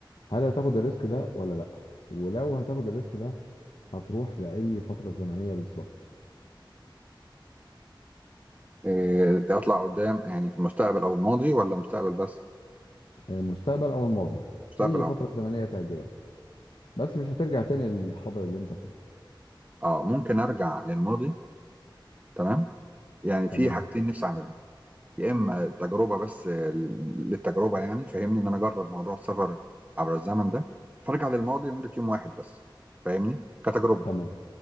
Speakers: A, on the left; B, on the right.
A: هل هتاخد الريسك ده ولا لا ولو هتاخد الريسك ده هتروح لاي فتره زمنيه بالظبط
B: إيه اطلع قدام يعني في المستقبل او الماضي ولا مستقبل بس
A: آه، مستقبل او الماضي
B: مستقبل
A: اي فتره
B: او
A: زمنيه تعجبك بس مش هترجع تاني للحاضر اللي انت فيه
B: اه ممكن ارجع للماضي تمام يعني
A: تمام
B: في حاجتين نفسي اعملهم يا اما تجربه بس للتجربه يعني فاهمني ان انا اجرب موضوع السفر عبر الزمن ده فارجع للماضي لمده يوم واحد بس فاهمني كتجربه
A: تمام